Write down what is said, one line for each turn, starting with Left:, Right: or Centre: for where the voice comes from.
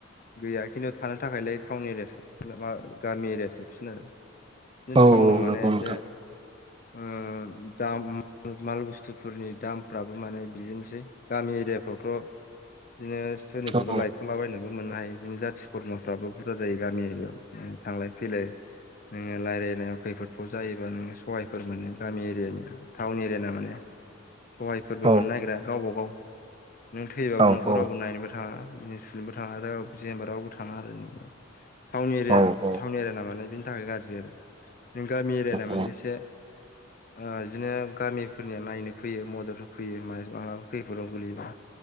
Left: गैया खिन्थु थानो थाखायलाय टाउन एरिया साबसिना मा गामि एरिया साबसिन आरो। बिदिनो
Right: औ
Left: टाउनाव
Right: औ
Left: माने
Right: नंगौ
Left: एसे
Right: नोंथां
Left: ओ दाम माल बुस्थुफोरनि दामफ्राबो माने बिदिनोसै गामि एरियाफ्रावथ' बिदिनो सोरनिफ्रायबा
Right: औ
Left: लायथ थ'लाबायनाबो मोननो हायो जोंनि जाथि खरमाफ्राबो बुरजा जायो गामि एरियाव थांलाय फैलाय। <unintelligible> खैफोदखौ जायोबा नोङो सहायफोर मोनो गामि एरियानिया टाउन एरियाना माने सहायफोरबो
Right: औ
Left: मोननो नागिरा गावबागाव नों थैबाबो
Right: औ
Left: नोंखौ
Right: औ
Left: रावबो नायनोबो थाङा। <unintelligible> जेनबा थाङा रावबो थाङा आरो नोंथां। टाउन एरिया
Right: औ
Left: टाउन एरियाना माने बेनि थाखाय गाज्रि आरो। नों गामि एरिया ना माने
Right: औ
Left: एसे ओ बिदिनो गामिफोरनिया नायनो फैयो मदद होफैयो मास मालाबा खैफोदाव गोलैयोबा।